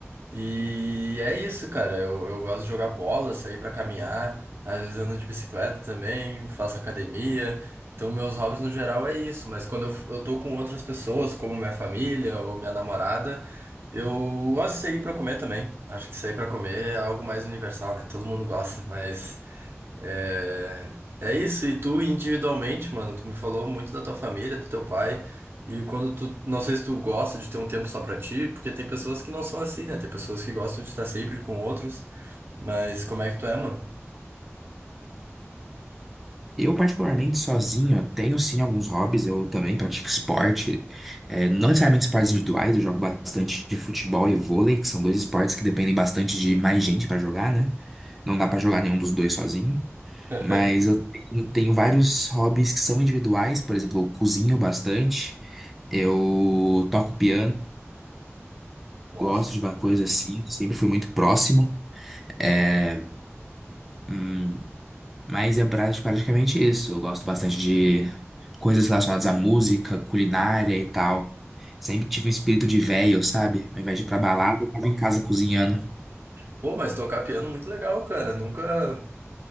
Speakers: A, on the right (about 55°); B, in the centre.
A: E é isso, cara. Eu, eu gosto de jogar bola, sair pra caminhar, às vezes ando de bicicleta também, faço academia. Então, meus hobbies no geral é isso, mas quando eu, eu tô com outras pessoas, como minha família ou minha namorada, eu gosto de sair pra comer também. Acho que sair pra comer é algo mais universal, né? Todo mundo gosta, mas é, é isso, e tu individualmente, mano, tu me falou muito da tua família, do teu pai, e quando tu, não sei se tu gosta de ter um tempo só pra ti, porque tem pessoas que não são assim, né? Tem pessoas que gostam de estar sempre com outros, mas como é que tu é, mano?
B: Eu, particularmente, sozinho, tenho sim alguns hobbies. Eu também pratico esporte, é, não necessariamente esportes individuais. Eu jogo bastante de futebol e vôlei, que são dois esportes que dependem bastante de mais gente pra jogar, né? Não dá pra jogar nenhum dos dois sozinho.
A: <laughs>
B: Mas eu tenho tenho vários hobbies que são individuais. Por exemplo, eu cozinho bastante, eu toco piano,
A: Nossa.
B: gosto de uma coisa assim, sempre fui muito próximo. É, hum, Mas é pra- praticamente isso. Eu gosto bastante de coisas relacionadas à música, culinária e tal. Sempre tive um espírito de véio, sabe? Ao invés de ir pra balada, eu tava em casa cozinhando.
A: Pô, mas tocar piano é muito legal, cara. Nunca.